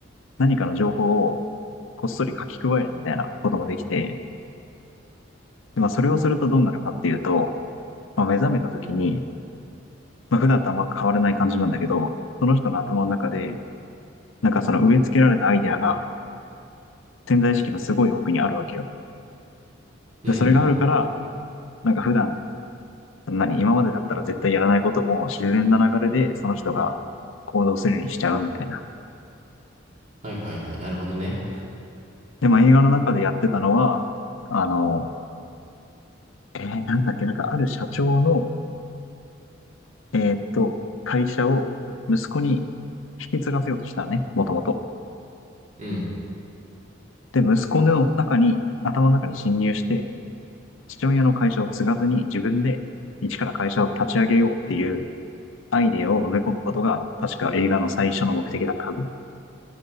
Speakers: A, on the left (about 80°); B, on the right (about 35°).
A: 何かの情報をこっそり書き加えるみたいなこともできて、で、まあ、それをするとどうなるかっていうと、まあ、目覚めた時に、まあ、普段とあんま変わらない感じなんだけど、その人の頭の中で、なんかその植え付けられたアイデアが潜在意識のすごい奥にあるわけよ。
B: うん
A: で、それがあるから、なんか普段、何、今までだったら絶対やらないことも自然な流れでその人が行動するようにしちゃうみたいな。
B: はいはいはい。なるほどね。
A: で、まあ映画の中でやってたのは、あの、えー、なんだっけ、なんかある社長の、えーっと、会社を息子に引き継がせようとしたのね、もともと。
B: うん。
A: で、息子の中に、頭の中に侵入して、父親の会社を継がずに自分で一から会社を立ち上げようっていうアイデアを埋め込むことが確か映画の最初の目的だったはず。